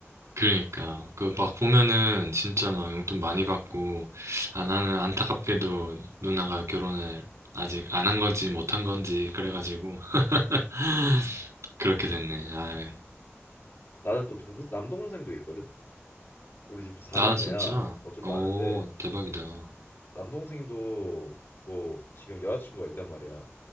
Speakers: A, on the right; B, on the left.
A: 그러니까 그 막 보면은 진짜 막 용돈 많이 받고 아 나는 안타깝게도 누나가 결혼을 아직 안 한 건지 못 한 건지 그래가지고 <laughs> 그렇게 됐네. 아,
B: 나는 또 동, 남동생도 있거든. 우리 집 4남매야.
A: 나 진짜
B: 어 좀
A: 오
B: 많은데
A: 대박이다.
B: 남동생도 뭐 지금 여자친구가 있단 말이야.